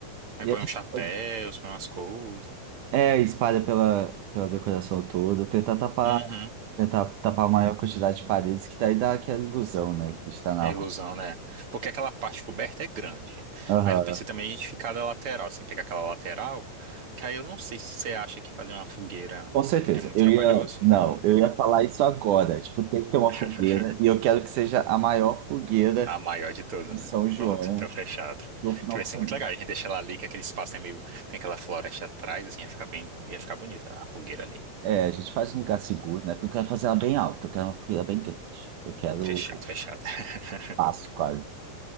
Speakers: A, on the right (about 45°); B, on the right (about 70°).
A: aí
B: e
A: põe
B: a gente
A: um chapéu,
B: pode...
A: põe umas coisas.
B: É, espalha pela, pela decoração toda, tentar tapar,
A: Uhum.
B: tentar tapar a maior quantidade de paredes, que daí dá aquela ilusão, né? Que está na
A: É ilusão,
B: rua.
A: né? Porque aquela parte coberta é grande.
B: Aham.
A: Mas eu pensei também a gente ficar da lateral, assim, pegar aquela lateral, que aí eu não sei se você acha que fazer uma fogueira
B: Com certeza.
A: é muito
B: Eu
A: trabalhoso.
B: ia. Não, eu ia falar isso agora. Tipo, tem que ter uma
A: <laughs>
B: fogueira. E eu quero que seja a maior fogueira
A: A maior de todas,
B: de São
A: né?
B: João
A: Pronto, tá fechado.
B: no final
A: Que vai
B: de
A: ser
B: semana.
A: muito legal. A gente deixa ela ali, que aquele espaço é meio. Tem aquela floresta atrás, assim, ia ficar bem. Ia ficar bonita a fogueira ali.
B: É, a gente faz um lugar seguro, né? Porque eu quero fazer ela bem alta, eu quero uma fogueira bem grande. Eu quero
A: Fechado,
B: o
A: fechado. <laughs>
B: passo quase.